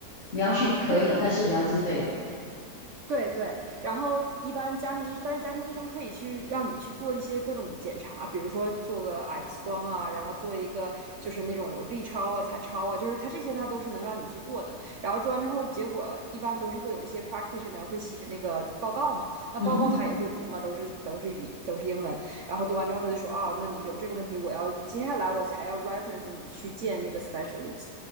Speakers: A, on the left; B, on the right.
A: 你要去可以，
B: 啊、对的，
A: 但是你要自费了。
B: 对对，然后一般家庭医，但是家庭医生可以去让你去做一些各种检查，比如说做个 X 光啊，然后做一个就是那种 B 超啊、彩超啊，就是他这些他都是能让你去做的。然后做完之后，结果一般都是会有这些 practitioner 会写那个报告嘛，那报告他也会读嘛，
A: 嗯哼，
B: 都是都是语都是英文。然后读完之后他就说啊，那你有这个问题，我要接下来我才要 reference 你去见那个 specialist，